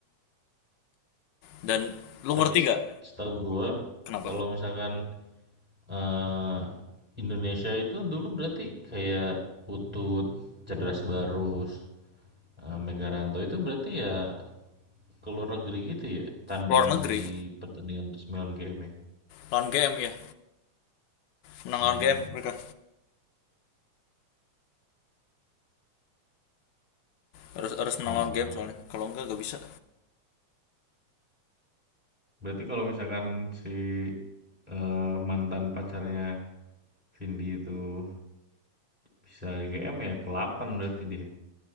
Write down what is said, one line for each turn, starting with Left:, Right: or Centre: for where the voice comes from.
Left: Dan lu
Centre: Tapi
Left: ngerti
Centre: s-
Left: gak?
Centre: setahu gue,
Left: Kenapa?
Centre: kalau misalkan Eee, Indonesia itu dulu berarti kayak Putut, Cedras Barus, eee, Megaranto itu berarti ya keluar negeri gitu ya, tanding
Left: Luar negeri
Centre: di pertandingan sembilan game ya?
Left: lawan GM ya. Menang lawan
Centre: Mmm,
Left: GM mereka. Harus harus menang
Centre: oalah.
Left: lawan GM soalnya. Kalau enggak nggak bisa.
Centre: Berarti kalau misalkan si, eee, mantan pacarnya Vindi itu bisa LGM ya ke-8 berarti dia